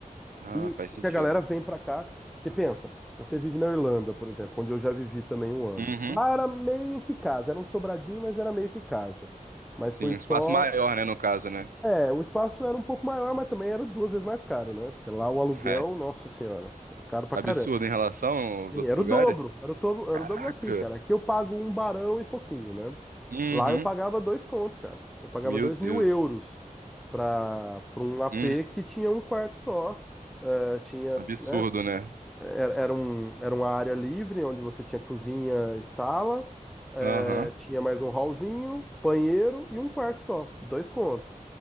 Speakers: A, on the right; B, in the centre.
A: Ah,
B: E
A: faz sentido.
B: que a galera vem pra cá, que pensa, você vive na Irlanda, por exemplo, onde eu já vivi também um ano.
A: Uhum.
B: Lá era meio que casa, era um sobradinho, mas era meio que casa. Mas
A: Sim,
B: foi
A: um
B: só,
A: espaço maior, né, no caso, né?
B: é, o espaço era um pouco maior, mas também era duas vezes mais caro, né? Porque lá o aluguel,
A: É.
B: nossa senhora, é caro pra
A: Absurdo
B: caramba.
A: em relação aos
B: Sim,
A: outros
B: era
A: lugares.
B: o dobro, era o dobro,
A: Caraca.
B: era o dobro daqui, cara. Aqui eu pago um barão e pouquinho, né?
A: Uhum.
B: Lá eu pagava dois conto, cara. Eu pagava
A: Meu
B: dois mil
A: Deus.
B: euros pra, pra um AP
A: Uhum.
B: que tinha um quarto só. Eh, tinha,
A: Absurdo,
B: né?
A: né?
B: Era, era, um, era uma área livre onde você tinha cozinha e sala, eh,
A: Aham.
B: tinha mais um hallzinho, banheiro e um quarto só. Dois conto.